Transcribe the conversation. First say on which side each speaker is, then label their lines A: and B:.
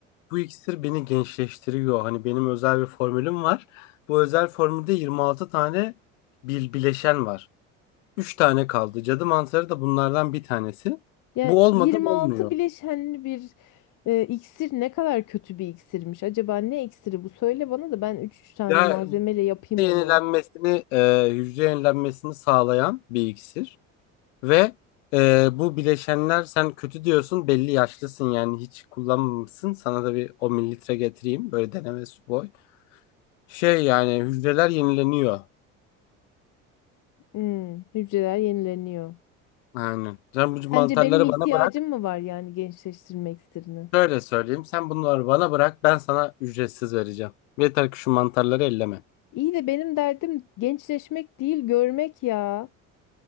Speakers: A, on the left; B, on the left.
A: Bu iksir beni gençleştiriyor. Hani benim özel bir formülüm var. Bu özel formülde 26 tane bir bileşen var. üç tane kaldı. Cadı mantarı da bunlardan bir tanesi.
B: Ya
A: Bu olmadan
B: 26
A: olmuyor.
B: bileşenli bir e, iksir ne kadar kötü bir iksirmiş. Acaba ne iksiri bu? Söyle bana da ben üç üç tane
A: Ya
B: malzemeyle yapayım
A: hücre
B: onu.
A: yenilenmesini, e, hücre yenilenmesini sağlayan bir iksir ve e, bu bileşenler sen kötü diyorsun, belli yaşlısın yani hiç kullanmamışsın. Sana da bir 10 mililitre getireyim böyle deneme su boy. Şey yani hücreler yenileniyor.
B: Hmm, hücreler yenileniyor.
A: yani Sen bu mantarları
B: Sence benim ihtiyacım
A: bana bırak.
B: mı var yani gençleştirme iksirini?
A: Şöyle söyleyeyim. Sen bunları bana bırak. Ben sana ücretsiz vereceğim. Yeter ki şu mantarları elleme.
B: İyi de benim derdim gençleşmek değil görmek ya.